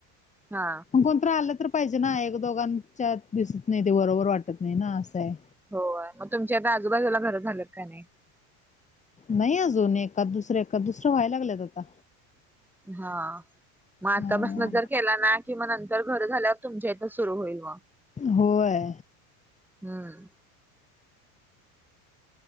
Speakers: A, in the centre; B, on the left.
A: हा.
B: कोणत आलं तर पाहिजे ना, एक दोघांच्या दिसत नाही ते बरोबर वाटत नाही ना असंय.
A: हो, मग तुमच्या आता आजूबाजूला घरं झालेत की नाही?
B: नाही अजून एखाद दुसरं, एखाद दुसरं व्हायला लागलेत आता.
A: हा, मग आता
B: हा
A: पसन जर केला ना, कि म नंतर घर झाल्याव तुमच्या इथं सुरू होईल मग
B: होय.
A: हम्म,